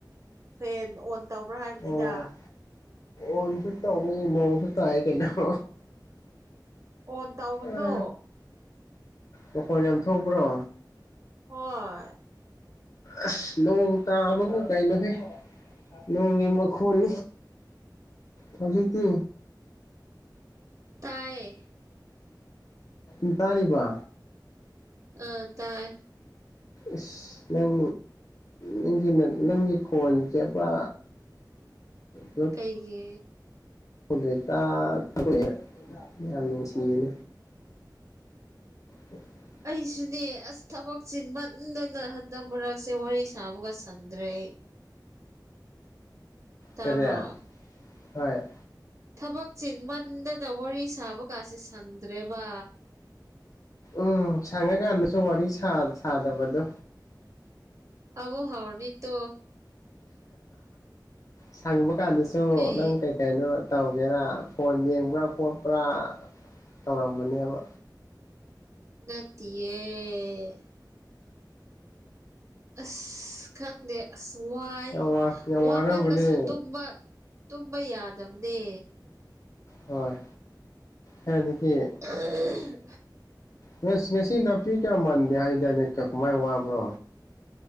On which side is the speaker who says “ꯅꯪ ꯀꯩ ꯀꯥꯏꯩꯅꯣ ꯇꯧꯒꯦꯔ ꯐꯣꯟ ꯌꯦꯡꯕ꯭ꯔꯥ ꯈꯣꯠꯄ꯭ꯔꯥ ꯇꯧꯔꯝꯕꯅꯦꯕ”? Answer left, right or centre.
Left